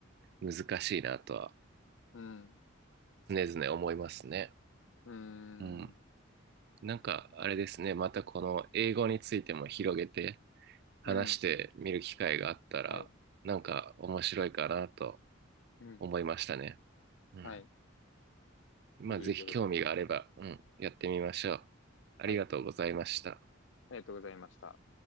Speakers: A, on the right; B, on the left.
A: 難しいなとは
B: うん、
A: 常々思いますね。
B: うん、
A: うん。なんか、あれですね。
B: ね
A: またこの英語についても広げて、話してみる機会があったら、
B: うん、はい、
A: なんか面白いかなと
B: うん、
A: 思いましたね。うん。
B: はい。
A: まあ、
B: ぜひよろしくお願い。
A: ぜひ興味があれば、うん、やってみましょう。ありがとうございました。
B: はい。ありがとうございました。